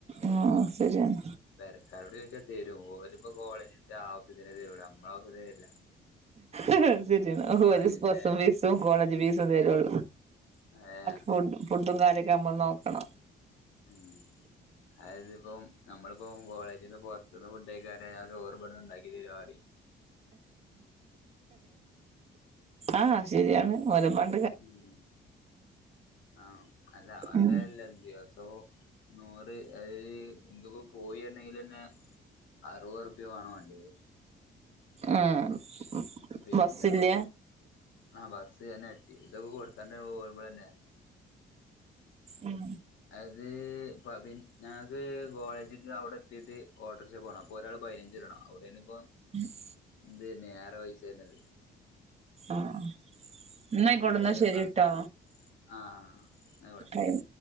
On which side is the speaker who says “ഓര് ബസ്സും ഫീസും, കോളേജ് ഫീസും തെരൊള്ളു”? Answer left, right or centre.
Right